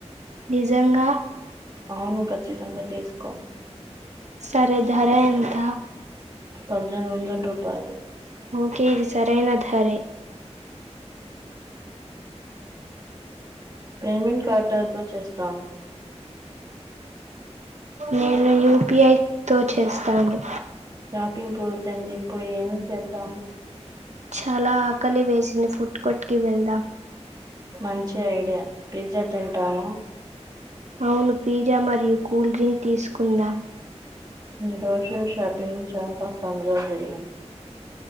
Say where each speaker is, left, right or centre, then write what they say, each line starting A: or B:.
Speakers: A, on the right (about 80°); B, on the right (about 35°).
A: నిజంగా
B: అవును ఖచ్చితంగా తీసుకో
A: సరే ధర ఎంత
B: పద్దెనిమిది వందల రూపాయలు
A: ఓకే ఇది సరైన దారే
B: పేమెంట్ కార్డ తో చేస్తాము.
A: నేను యూపిఐ తో చేస్తాను.
B: షాపింగ్ పోత అని చెప్పి ఇప్పుడు ఎమిచేద్దాం
A: చాలా ఆకలి వేసింది. ఫుడ్ కోర్ట్ కి వెళ్దాం.
B: మంచి ఐడియా పిజ్జా తింటావ
A: అవును పిజ్జా మరియు కూల్ డ్రింక్ తీసుకుందాం
B: ఈ రోజు షాపింగ్ చాలా ఫన్ గా జరిగింది.